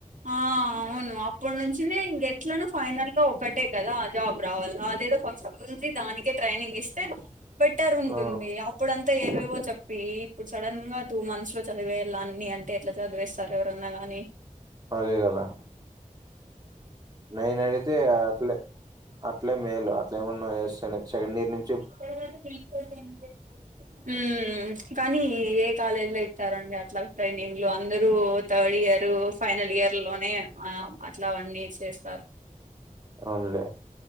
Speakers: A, on the right; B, on the right.
A: ఆ అవును అప్పడు నుంచినే ఇంగెట్లనో ఫైనల్ గా ఒటే కదా. జాబ్ రావాలా అదేదో ఫస్ట్నుంచి దానికే ట్రైనింగ్ ఇస్తే బెటర్ ఉంటుంది
B: ఆ
A: అప్ ఇప్పుడంతా ఏవేవో చెప్పి ఇప్పుడు సడన్ గా టూ మంత్స్ లో చదివేయాళ్ల అన్ని అంటే ఎట్లా చదివేస్తారు ఎవరన్నా గాని
B: అదే కదా నేనైతే అట్లే అట్లే మేలు అట్లేమన్నా చేస్తానే సెకండ్ ఇయర్ ను
A: <unintelligible> మ్మ్ కానీ ఏ కాలేజీ లో ఇత్తారండి అట్లా ట్రైనింగ్లు అందరూ థర్డ్ ఇయర్ ఫైనల్ ఇయర్ లోనే అట్లావన్నీ చేస్తారు
B: అవునులే